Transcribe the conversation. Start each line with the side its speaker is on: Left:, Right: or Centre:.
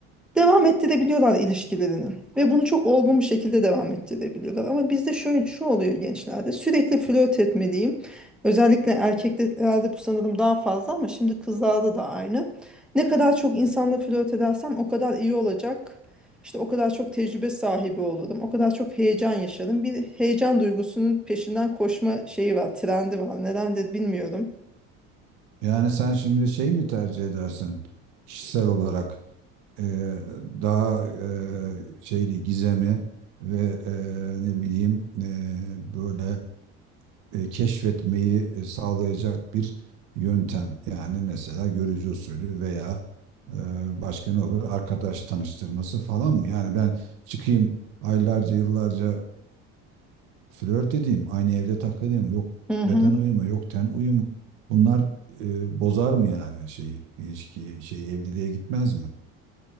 Centre: devam ettirebiliyorlar ilişkilerini ve bunu çok olgun bir şekilde devam ettirebiliyorlar. Ama bizde şöyle şu oluyor gençlerde sürekli flört etmeliyim. Özellikle erkeklerde bu sanırım daha fazla ama şimdi kızlarda da aynı. Ne kadar çok insanla flört edersem o kadar iyi olacak. İşte o kadar çok tecrübe sahibi olurum. O kadar çok heyecan yaşarım. Bir heyecan duygusunun peşinden koşma şeyi var, trendi var. Nedendir bilmiyorum.
Right: Yani sen şimdi şey mi tercih edersin kişisel olarak? e, daha e, şeydi gizemi ve e, ne bileyim e, böyle e, keşfetmeyi e, sağlayacak bir yöntem. Yani mesela görücü usulü veya e, başka ne olur? Arkadaş tanıştırması falan mı? Yani ben çıkayım aylarca yıllarca flört edeyim, aynı evde takılayım. Yok
Centre: Hı hı.
Right: beden uyumu, yok ten uyumu. Bunlar e, bozar mı yani şeyi, ilişkiyi, şey evliliğe gitmez mi?